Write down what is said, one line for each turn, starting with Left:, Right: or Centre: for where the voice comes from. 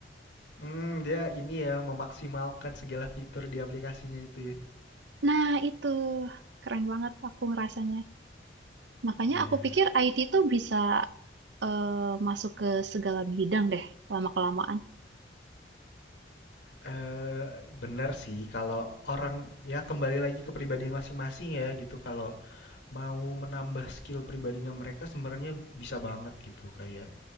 Left: Hmm, dia ini ya memaksimalkan segala fitur di aplikasinya itu ya.
Right: Nah, itu keren banget aku ngerasanya. Makanya
Left: Iya.
Right: aku pikir IT tuh bisa eh, masuk ke segala bidang deh lama-kelamaan.
Left: Eh, benar sih kalau orang ya kembali lagi ke pribadi masing-masing ya gitu. Kalau mau menambah skill pribadinya mereka sebenarnya bisa banget gitu kayak